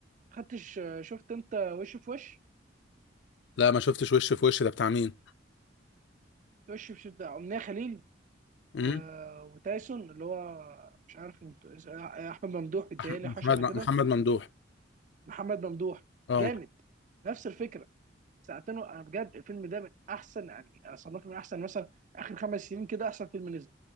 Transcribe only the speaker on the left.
لا ما شفتش وش في وش ده بتاع مين
امم
أح- محمد
محمد ممدوح
اه